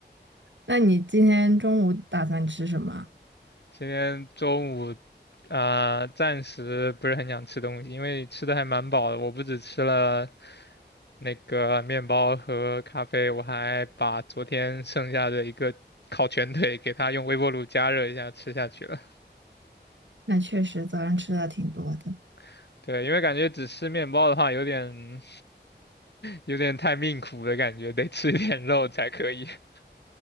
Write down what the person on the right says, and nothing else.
那你今天中午打算吃什么？
那确实早上吃的挺多的，